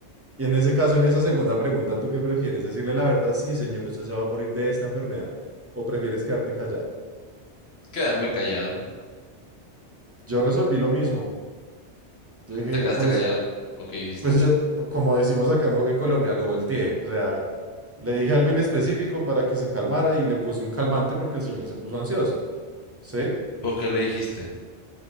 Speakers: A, on the right (about 15°); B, on the left (about 65°).
A: y en ese caso, en esa segunda pregunta, ¿tú qué prefieres? ¿Decirle la verdad? Sí, señor, usted se va a morir de esta enfermedad. ¿O prefieres quedarte callado?
B: Quedarme callado.
A: Yo resolví lo mismo. Yo dije,
B: Te quedaste
A: pues,
B: callado. ¿O qué dijiste?
A: pues yo, como decimos acá en, en Colombia, lo volteé. O sea, le dije algo inespecífico para que se calmara y le puse un calmante porque el señor se puso ansioso. ¿Sí?
B: ¿O qué le dijiste?